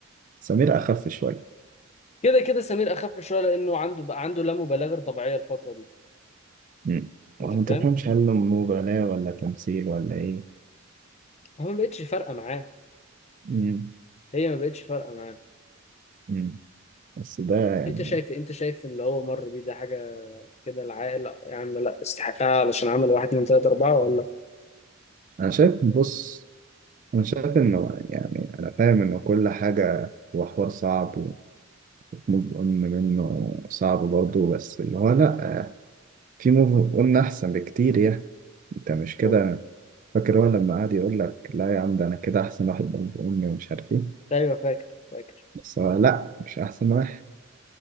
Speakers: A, on the right; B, on the left.
A: سمير أخف شوية
B: كده كده سمير اخف شويه لانه عنده بقى عنده لا مبالغه طبيعيه الفتره دي
A: مم. وأنا
B: انت
A: ما
B: فاهم
A: تفهمش هل مبالاة ولا تمثيل ولا إيه؟
B: هو ما بقتش فارقه معاه
A: مم.
B: هي ما بقتش فارقه معاه
A: مم. بس ده يعني
B: انت شايف إيه؟ انت شايف اللي هو مر بيه ده حاجه كده العائله يا عم لا استحقها علشان عمل واحد من ثلاثة أربعة ولا
A: أنا شايف بص أنا شايف إنه يعني أنا فاهم إنه كل حاجة هو حوار صعب وموف أون منه صعب برضه بس اللي هو لأ في موف أون أحسن بكتير يعني أنت مش كده
B: آه.
A: فاكر هو لما قعد يقول لك لا يا عم ده انا كده احسن واحد بنت امي ومش عارف ايه
B: ايوه فاكر فاكر
A: بس هو لا مش احسن واحد